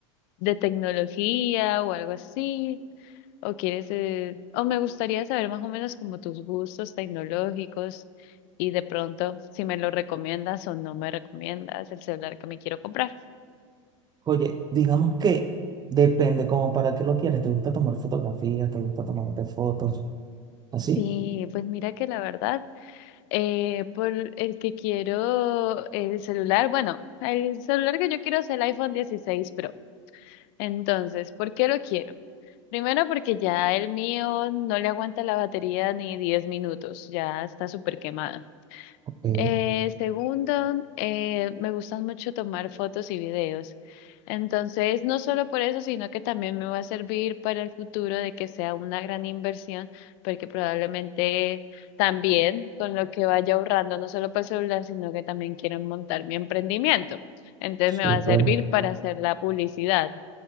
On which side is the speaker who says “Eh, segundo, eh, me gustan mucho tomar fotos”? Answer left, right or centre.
Left